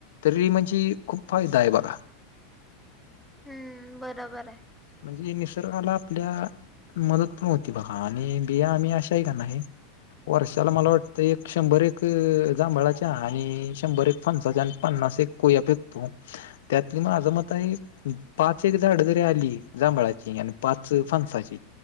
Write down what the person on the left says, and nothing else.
तरी म्हणजे खूप फायदा आहे बघा
म्हणजे निसर्गाला आपल्या मदत पण होती बघा आणि बिया आम्ही अशाही काना आहे वर्षाला मला वाटतं एक शंभर एक जांभळाच्या आणि शंभर एक फनसाच्या आणि पन्नास एक कोयापेकतो त्यातली म माझं मत आहे पाच एक झाड जरी आली जांभळाची आणि पाच फानसाची